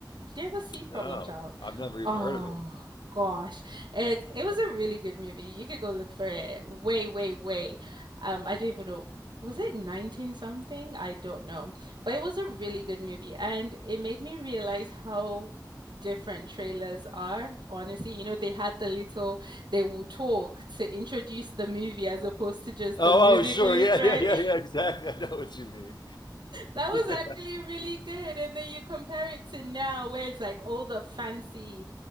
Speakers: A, on the right; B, on the left.
A: Did you ever see Problem
B: No,
A: Child?
B: I've never even
A: Oh,
B: heard of it.
A: gosh. It, it was a really good movie. You could go look for it way, way, way. Um, I don't even know was it 19 something? I don't know. But it was a really good movie and it made me realize how different trailers are. Honestly, you know, they had the little they will talk to introduce the movie as opposed to just
B: Oh,
A: the movie
B: oh, sure,
A: clips,
B: yeah,
A: right?
B: yeah, yeah, yeah,
A: <laughs>
B: exactly. <laughs> I know what you mean.
A: That was
B: <laughs> Yeah.
A: actually really good. And then you compare it to now where it's like all the fancy